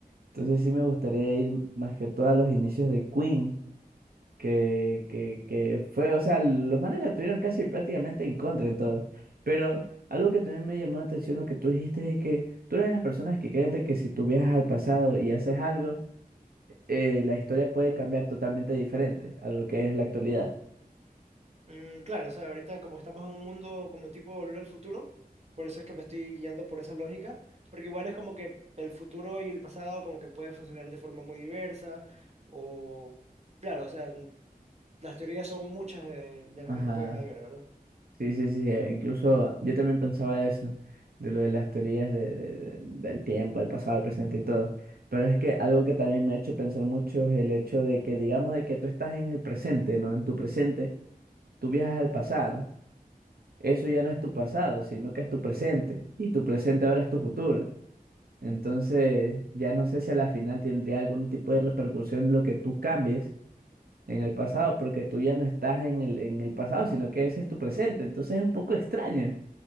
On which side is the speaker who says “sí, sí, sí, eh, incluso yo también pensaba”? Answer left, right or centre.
Right